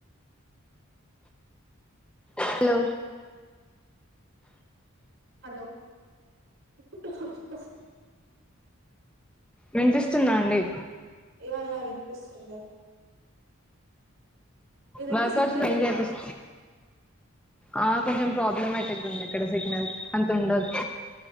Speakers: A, in the centre; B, on the right.
A: హలో
B: హలో <unintelligible>
A: వినిపిస్తుందా అండి
B: యా యా వినిపిస్తుందా మీ దగ్గర
A: వర్కౌట్స్
B: సిగ్నల్
A: లో ఏం
B: లేదా
A: చేపిస్ ఆ కొంచెం ప్రాబ్లమాటిక్గా ఉంది ఇక్కడ సిగ్నల్ అంత ఉండదు